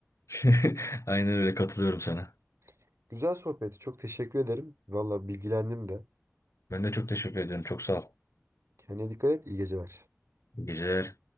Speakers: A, on the left; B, on the right.
A: <laughs> Aynen öyle katılıyorum sana.
B: <laughs> Güzel sohbeti çok teşekkür ederim. Valla bilgilendim de.
A: Ben de çok teşekkür ederim. Çok sağ ol.
B: Kendine dikkat et iyi geceler.
A: İyi geceler.